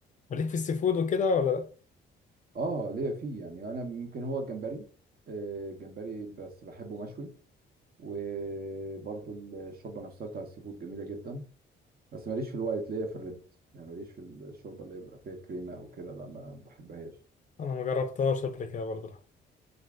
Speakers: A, on the left; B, on the right.
A: وليك في السي فود وكده ولا لا
B: اه ليا فيه يعني انا ممكن هو الجمبري آه الجمبري بس بحبه مشوي وبرضو الشوربه نفسها بتاع السي فود جميله جدا بس ماليش في الوايت ليا في الريد يعني ماليش في الشوربه اللي يبقى فيها كريمه او كده لا ما بحبهاش
A: انا ما جربتهاش قبل كده برضه لا.